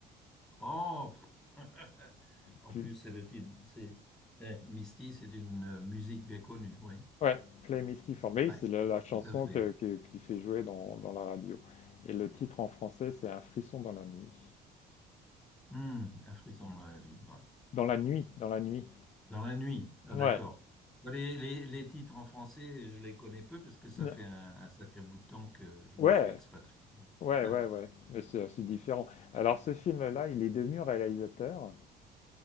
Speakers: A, in the centre; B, on the left.
A: Oh, pff. <laughs> En
B: Tu
A: plus, c'est le titre. C'est eh, Misty, c'est une euh, musique bien connue, oui.
B: ouais, Play Misty for Me,
A: Ouais,
B: c'est la la chanson
A: tout à fait.
B: que que qui fait jouer dans dans la radio et le titre en français, c'est Un frisson dans la nuit.
A: Hum, un frisson dans la ville. ouais.
B: Dans la nuit, dans la nuit.
A: Dans la nuit, ah,
B: Ouais.
A: d'accord. Bon, Les, les- les titres en français, je les connais peu parce que ça
B: N
A: fait un, un sacré bout de temps que je
B: ouais,
A: me suis expatrié.
B: ouais,
A: Hein,
B: ouais, ouais, mais c'est assez différent. Alors ce film-là, il est devenu réalisateur